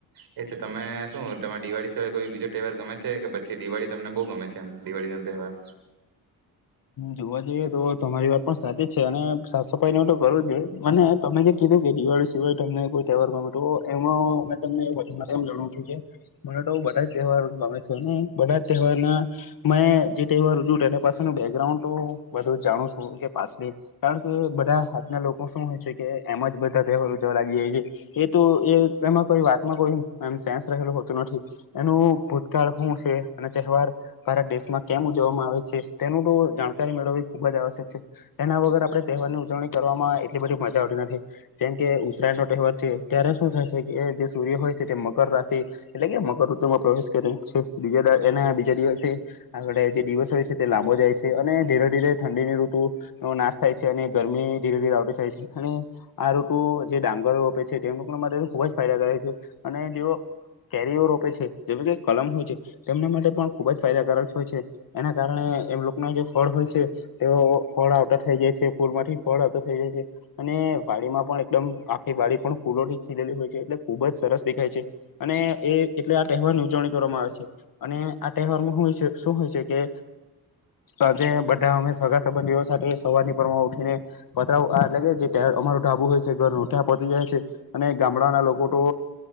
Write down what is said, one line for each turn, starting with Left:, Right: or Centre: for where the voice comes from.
Right: એ છે. તમે શું તમારે દિવાળી સિવાય કોઈ બીજો તહેવાર ગમે છે કે પછી દિવાળી તમને બહુ ગમે છે એમ દિવાળીનો તહેવાર.
Left: જોવા જઈએ તો તમારી વાત પણ સાચી જ છે અને સાફ સફાઈ ન તો કરવું જ અને તમે જે કીધું કે દિવાળી સિવાય તમને કોઈ તહેવાર ગમે તો એમાં મે તમને એમ જણાવુ છું કે મને તો બધા તહેવાર ગમે છે અને બધા જ તહેવારના મેં જે તહેવાર ઉજવુ તે એના પાસે બે ગ્રાઉન્ડ તો બધું જાણું છું કે પાસે કારણ કે બધા આજના લોકો શું છે કે એમ જ બધા તહેવાર ઉજવવા લાગી જાય છે એ તો એ એમાં કોઈ વાતમાં કોઈ સેન્સ રહેલું હોતું નથી એનું ભૂતકાળ હુ છે અને તહેવાર ભારત દેશમાં કેમ ઉજવવામાં આવે છે તેનું તો જાણકારી મેળવવી ખુબ જ આવશ્યક છે એના વગર આપણે તહેવારની ઉજવણી કરવામાં એટલી બધી મજા આવતી નથી જેમ કે ઉત્તરાયણ નો તહેવાર છે ત્યારે શું થાય છે કે જે સૂર્ય હોય છે તે મકર રાશિ એટલે કે મકર ઋતુમાં પ્રવેશ કર્યો છે બીજ દાડે એના બીજા દિવસે આપણે જે દિવસ હોય છે તે લાંબો જાય છે. અને ધીરે ધીરે ઠંડીની ઋતુ નાશ થાય છે અને ગરમી ધીરે ધીરે આવટી થાય છે અને આ ઋતુ જે ડાંગરો રોપે છે તેમ લોકોના માટે ખૂબ જ ફાયદાકારક છે અને જેઓ કેરીઓ રોપે છે જેમ કે કલમ હોય છે તેમના માટે પણ ખૂબ જ ફાયદાકારક હોય છે એના કારણે એમ લોક એમાં જે ફળ હોય છે તેઓ ફળ આવતા થઈ જાય છે ફૂલમાંથી ફળ આવતા થઈ જાય છે અને વાડીમાં પણ એકદમ આખી વાડી પણ ફૂલોથી ખીલેેલી હોય છે એટલે ખુબ જ સરસ દેખાય છે અને એ એટલે આ તહેવારની ઉજવણી કરવામાં આવે છે. અને આ તહેવારમા હુ હોય છે શું હોય છે કે આજે બધા અમે સગા સંબંધીઓ સાથે સવારની પોરમા ઉઠીને પતરાઓ એટલે કે જે અમારુ ઢાબુ હોય છે ઘરનુ ત્યા પોહચી જાય છે. અને ગામડાના લોકો તો